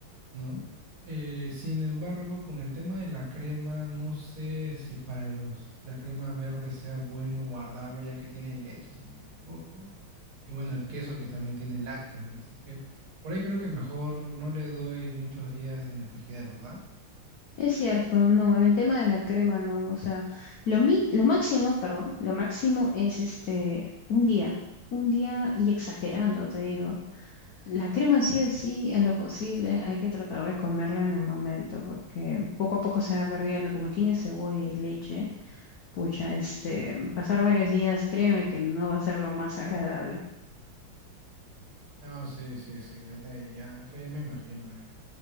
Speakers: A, on the right; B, on the left.
A: ¿no? Eh, sin embargo, con el tema de la crema, no sé si para los, la crema verde sea bueno guardarlo, ya que tiene leche, si no me equivoco. Y bueno, el queso que también tiene lácteos, ¿no? Así que por ahí creo que mejor no le doy muchos días en el frigidero, ¿verdad?
B: Es cierto, no, el tema de la crema, no, o sea, lo mi- lo máximo, perdón, lo máximo es este un día, un día y exagerando, te digo. La crema sí o sí, en lo posible, hay que tratar de comerla en el momento, porque poco a poco se va perdiendo, como tiene cebolla y leche, pucha, este, pasar varios días, créeme que no va a ser lo más agradable.
A: No, sí, sí, sí, de ley, ya, eso ya me imagino, ya.